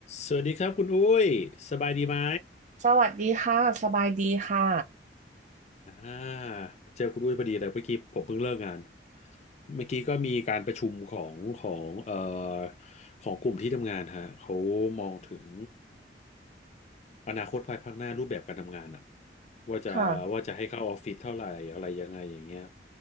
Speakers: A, on the left; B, on the right.
A: สวัสดีครับคุณอุ้ยสบายดีไหม
B: สวัสดีค่ะสบายดีค่ะ
A: อ่าเจอคุณอุ้ยพอดีเลยเมื่อกี้ผมเพิ่งเลิกงานเมื่อกี้ก็มีการประชุมของของเอ่อของกลุ่มที่ทำงานฮะเขามองถึง อนาคตภายภาคหน้ารูปแบบการทำงานอะว่าจะว่าจะให้เข้าออฟฟิศเท่าไหร่อะไรยังไงอย่างเงี้ย
B: ค่ะ